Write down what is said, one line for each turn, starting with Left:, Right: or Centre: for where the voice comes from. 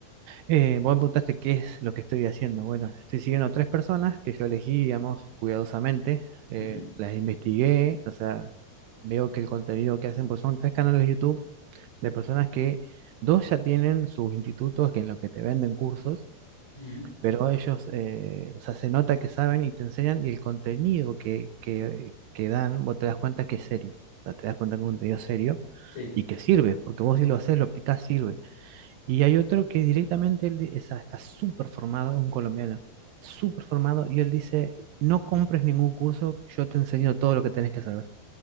Right: Eh, vos me preguntaste qué es lo que estoy haciendo. Bueno, estoy siguiendo a tres personas que yo elegí, digamos, cuidadosamente. eh,
Left: Ujú,
Right: las investigué, o sea, veo que el contenido que hacen, pues son tres canales de YouTube de personas que dos ya tienen sus institutos que en los que te venden cursos,
Left: ujú,
Right: pero ellos, eh, o sea, se nota que saben y te enseñan y el contenido que, que, que dan, vos te das cuenta que es serio. O sea, te das cuenta que es un contenido serio
Left: Sí,
Right: y que sirve, porque vos si lo haces, lo aplicás, sirve. Y hay otro que directamente él di- esa- está súper formado, es un colombiano, súper formado, y él dice, no compres ningún curso, yo te enseño todo lo que tenés que saber.